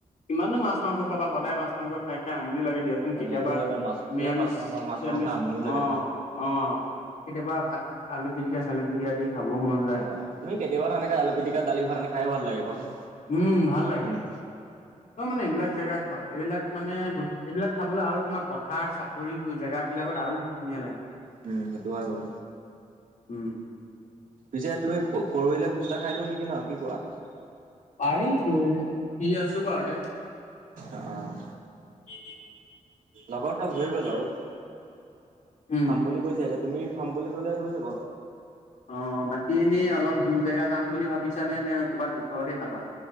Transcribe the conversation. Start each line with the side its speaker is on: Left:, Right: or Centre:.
Left: ইমানো মাছ মাংস খাবা সদায় মাছ মাংস খাই খাই আমনি লাগে দিয়া চোন কেতিয়াবা
Right: এইটো হয় বাৰু মাছ
Left: নিৰামিষ
Right: কিমান মাছ মাংস মাছ
Left: চিৰামিষ
Right: মাংস খাই আমনিও লাগে
Left: অহ
Right: ধৰ।
Left: অহ কেতিয়াবা ভাত আলু পিটিকা চালু পিটিকা দি খাব মন যায়
Right: হয় তুমি কেতিয়াবা তেনেকে আলু পিটিকা দালি ভাত এনে খাই ভাল লাগে কোৱাচোন
Left: উম ভাল লাগে
Right: উম।
Left: ত মানে এইবিলাক জেগা এইবিলাক মানে ব এইবিলাক খাবলৈ আৰু তোমাৰ পথাৰ চাপৰিবোৰ জেগা বিলাকত আৰু ধুনীয়া লাগে
Right: উম সেইটো হয় বাৰু
Left: উম
Right: পিছে তুমি প পৰহিলে ভোজ এটা খাই দিওঁ নেকি ন কি কোৱা
Left: পাৰি পৰহিলে ফ্ৰি আছো বাৰু দে
Right: অ',
Left: টি তিট
Right: লগৰ চব হৈ গ'ল বাৰু
Left: উম
Right: খাম বুলি কৈছা এতিয়া তুমি খাম বুলি কলে হৈ যাব
Left: অহ বাকী এনেই অলপ দূৰ জেগা যাম বুলি ভাবিছানে নে ক'ৰবাত ওচৰতে খাবা